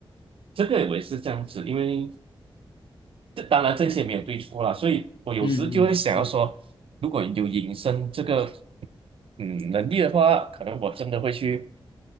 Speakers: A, on the right; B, on the left.
A: 这个我也是这样子，因为。这当然这些没有对错啦，所以我有时就会想要说，
B: 嗯嗯是，
A: 如果有隐身这个嗯能力的话，可能我真的会去